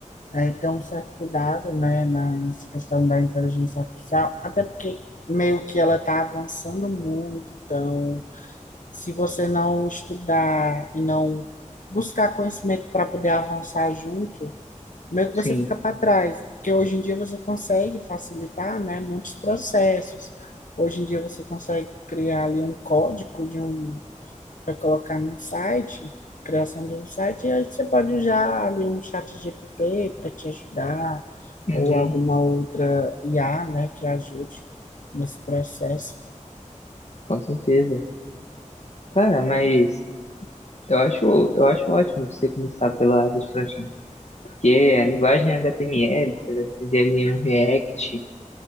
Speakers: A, on the left; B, on the left.
A: é, ter um certo cuidado, né, na- nessa questão da inteligência artificial, até porque meio que ela está avançando muito, então, se você não estudar e não buscar conhecimento para poder avançar junto, meio que
B: Sim.
A: você fica para trás, porque hoje em dia você consegue facilitar, né, muitos processos. Hoje em dia você consegue criar ali um código de um para colocar num site, criação de um site, e aí você pode usar ali um chat GPT para te ajudar,
B: Uhum,
A: ou alguma outra IA, né, que ajude nesse processo.
B: com certeza. Cara, mas eu acho, eu acho ótimo você começar pela área de front-end, porque a linguagem HTML, você vai fazer ali um React,